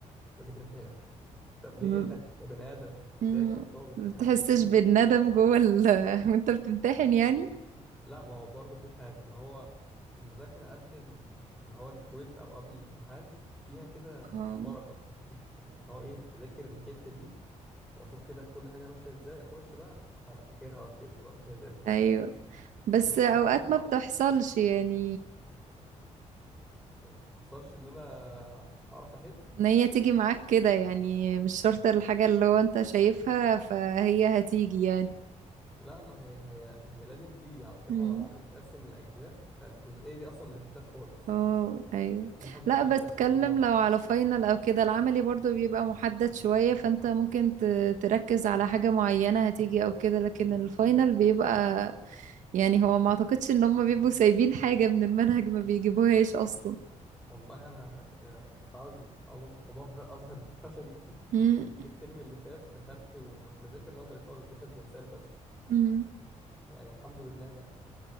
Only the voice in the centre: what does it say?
ما ذاكرتهاش طب ليه
<laughs> يا يا بني ادم
ذاكر طب
هت-
بتيجي
لا ما هو برضه في حاجه اللي هو المذاكره قبل ال- اللي هو الكويز او قبل الامتحان فيها كده
بركه هو ايه اذاكر الحته دي واشوف كده كل حاجه ماشيه ازاي اخش بقى انا فاكرها واكتبها بقى قدام زي الفل
لكن اقعد
اطبق
ما تحصلش ان انا اعرف احل
لا ما هي هي هي لازم تيجي علشان
هو العمل متقسم لاجزاء فالجزئيه دي اصلا ما ذاكرتهاش خالص
<laughs> هي
بتيجي
اصلا كل مره
والله انا آه، مش عاوز مش عاوز اظهر اظهر فشلي <laughs>
الميد ترم اللي فات دخلت ومش مذاكر نظري خالص داخل بمثال بس
يعني الحمد لله يعني